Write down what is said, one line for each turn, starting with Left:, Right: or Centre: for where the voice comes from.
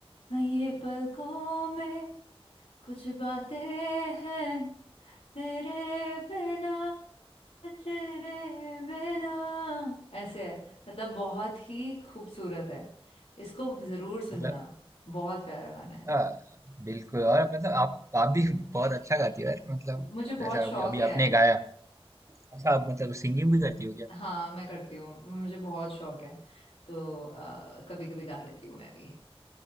Left: ये पलकों में कुछ बातें हैं तेरे बिना तेरे बिना ऐसे है मतलब बहुत ही खूबसूरत है इसको जरूर सुनना
Right: मतलब
Left: बहुत प्यारा गाना है
Right: आ, बिल्कुल और मतलब आप आप भी बहुत अच्छा गाती हो यार मतलब
Left: मुझे बहुत
Right: जैसा
Left: शौक
Right: अभी अभी
Left: है
Right: आपने गाया अच्छा आप मतलब सिंगिंग भी करती हो
Left: हाँ मैं करती हूँ मुझे बहुत शौक है तो आ, कभी कभी गा लेती हूँ मैं भी